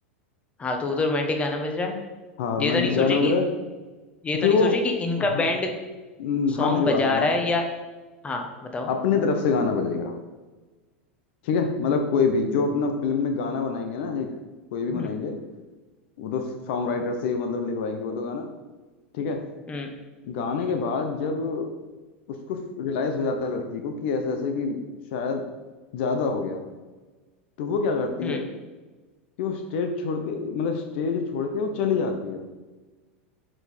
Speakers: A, on the left; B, on the left.
A: हाँ तो उधर रोमांटिक गाना बज रहा है
B: हाँ रोमांटिक
A: ये तो नहीं सोचे
B: गाना बज
A: कि
B: रहा है
A: ये
B: तो
A: तो
B: फिर
A: नहीं
B: वो
A: सोचे कि इनका
B: हाँ
A: बैंड
B: न-
A: सॉन्ग
B: हाँ मेरी
A: बजा
B: बात सुनो
A: रहा है या हाँ बताओ
B: अपने तरफ से गाना बजेगा ठीक है मतलब कोई भी जो अपना फिल्म में गाना बनाएंगे ना एक कोई भी
A: हम्म
B: बनाएंगे वो तो सॉन्ग राइटर से मतलब लिखवाएंगे वो तो गाना ठीक है
A: हम्म
B: गाने के बाद जब उसको रियलाइज हो जाता है लड़की को कि ऐसे ऐसे कि शायद ज्यादा हो गया तो वो क्या करती
A: हम्म
B: है कि वो स्टेज छोड़ के मतलब स्टेज छोड़ के वो चली जाती है